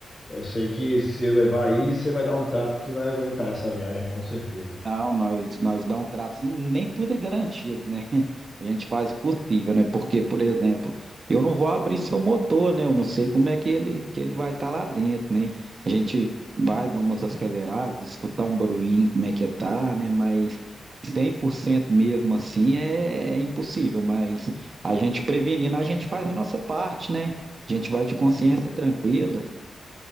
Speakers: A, on the left; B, on the right.
A: eu sei que se eu levar aí, você vai dar um trato que vai aguentar essa viagem, com certeza.
B: Não, nós, nós dá um trato, assim, nem tudo é garantido, né? <laughs> A gente faz o possível, né? Porque, por exemplo, eu não vou abrir seu motor, né? Eu não sei como é que ele, que ele vai estar lá dentro, né? A gente vai dar umas aceleradas, escutar um barulhinho, como é que tá, né? Mas 100% mesmo assim é, é impossível, mas a gente prevenindo, a gente faz a nossa parte, né? A gente vai de consciência tranquila.